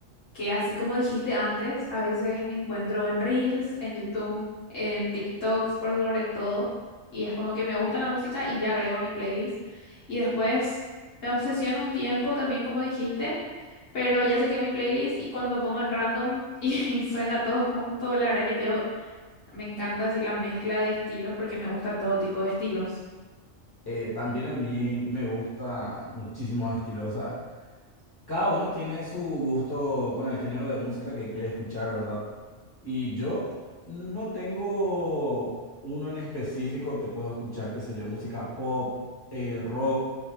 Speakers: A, on the left; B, on the left.
A: que así como dijiste antes, a veces encuentro en Reels, en YouTube, en TikToks, por sobre todo, y es como que me gusta la música y ya agrego a mi playlist. Y después me obsesiono un tiempo también, como dijiste, pero ya sé que mi playlist y cuando pongo en random <laughs> y suena todo junto, la verdad que yo me encanta así la mezcla de estilos porque me gusta todo tipo de estilos.
B: Eh, también a mí me gusta muchísimos estilos, o sea, cada uno tiene su gusto con el género de música que quiere escuchar, ¿verdad? Y yo no tengo uno en específico, te puedo escuchar, qué sé yo, música pop, eh, rock,